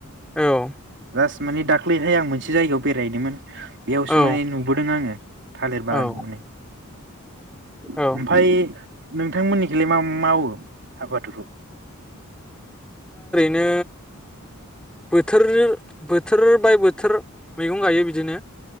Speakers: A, in the centre; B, on the right (about 60°).
A: औ।
B: जास्ट माने दाख्लैहाय आं मोनसे जायगायाव बेरायदोंमोन। बेयावसो
A: औ
B: माने नुबोदों आङो थालिर बागानखौनै
A: औ
B: ओमफ्राय
A: औ
B: नों थांमोननिखौलाय मा मावो आबादखौ?
A: नो बोथोर। बोथोर बाय बोथोर। मैगं गायो बिदिनो।